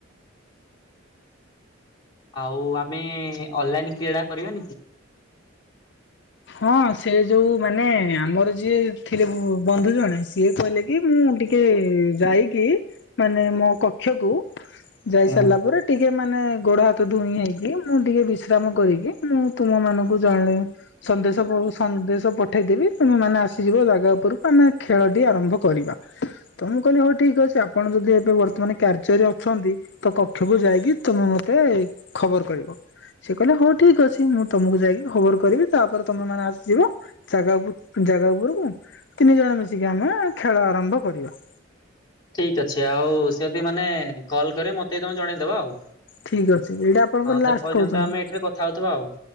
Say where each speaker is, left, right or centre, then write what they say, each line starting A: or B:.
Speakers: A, on the left; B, on the left.
A: ଆଉ ଆମେ ଅନଲାଇନ କ୍ରୀଡ଼ା କରିବେ।
B: ହଁ ସେ ଯୋଉ ମାନେ ଆମର ଯିଏ ଥିଲେ ବନ୍ଧୁ ଜଣେ ସିଏ କହିଲେ କି ମୁଁ ଟିକେ ଯାଇକି ମାନେ ମୋ କକ୍ଷକୁ ଯାଇ
A: ହୁଁ
B: ସାରିଲା ପରେ ଟିକେ ମାନେ ଗୋଡ ହାତ ଧୁଇଁ ହେଇକି ମୁଁ ଟିକେ ବିଶ୍ରାମ କରିକି ମୁଁ ତୁମମାନଙ୍କୁ ଜଣେଇବି। ସନ୍ଦେଶ ସନ୍ଦେଶ ପ ପଠେଇଦେବି ତୁମେ ମାନେ ଆସିଯିବ ଜାଗା ଉପରକୁ ଆମେ ଖେଳ ଟି ଆରମ୍ଭ କରିବା। ତ ମୁଁ କହିଲି ହଉ ଠିକ ଅଛି ଆପଣ ଯଦି ଏବେ ବର୍ତ୍ତମାନ କାର୍ଯ୍ୟରେ ଅଛନ୍ତି ତ କକ୍ଷ କୁ ଯାଇକି ତମେ ମତେ ଖବର କରିବ? ସେ କହିଲେ ହଉ ଠିକ ଅଛି ମୁଁ ତମକୁ ଯାଇକି ଖବର କରିବି। ତାପରେ ତମେ ମାନେ ଆସିଯିବ ଜାଗା ଜାଗା ଉପରକୁ ତିନି ଜଣ ମିଶିକି ଆମେ ଖେଳ ଆରମ୍ଭ କରିବା।
A: ଠିକ୍ ଅଛି ଆଉ ସେ ଯଦି ମାନେ କଲ୍ କରିବ ମତେ ତମେ ଜଣେଇଦବା ଆଉ
B: ଠିକ ଅଛି ଏଇଟା ଆପଣଙ୍କର
A: ହଁ
B: ଲାଷ୍ଟ
A: ସେ ପର୍ଯ୍ୟନ୍ତ
B: କରୁଛନ୍ତି।
A: ଆମେ ଏଠାରେ କଥା ହଉଥିବା ଆଉ।